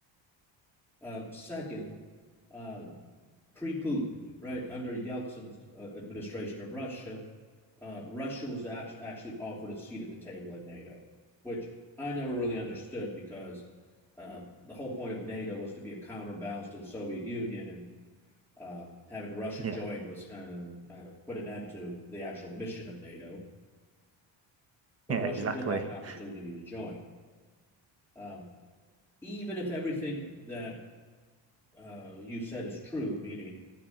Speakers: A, in the centre; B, on the right (about 30°).
A: Uh, second, uh, pre Putin, right, under Yeltsin's uh, administration of Russia, uh, Russia was act- actually offered a seat at the table at NATO, which I never really understood because uh, the whole point of NATO was to be a counterbalance to the Soviet Union, and uh, having Russia
B: yeah,
A: join was kind of kind of put an end to the actual mission of NATO. But
B: yeah,
A: Russia
B: exactly.
A: did have an opportunity
B: <laughs>
A: to join, um, even if everything that uh, you said is true, meaning